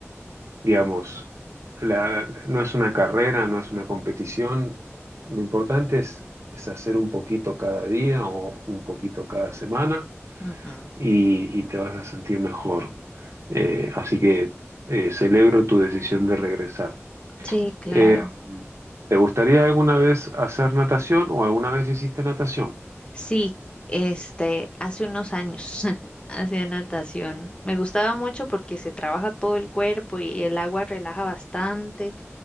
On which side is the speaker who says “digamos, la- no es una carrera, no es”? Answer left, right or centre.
Right